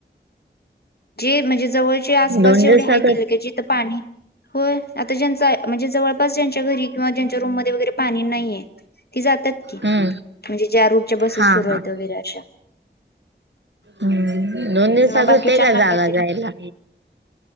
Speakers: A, on the left; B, on the right.
A: जे म्हणजे जवळचे आस पास
B: दोन
A: जेवढे
B: दिवसातच
A: आहे का जिथं पाणी. होय आता ज्यांचा म्हणजे जवळपास ज्यांच्या घरी किंवा ज्यांच्या रूममध्ये वगैरे पाणी नाहीयं. ती जातात कि म्हणजे
B: हम्म
A: ज्या रूटच्या बसेस
B: हा
A: सुरू
B: हा
A: आहेत वगैरे अशा.
B: हम्म दोन दिवसाात
A: मग बाकीच्यांना
B: होते. का जागा
A: काहीतरी
B: जायला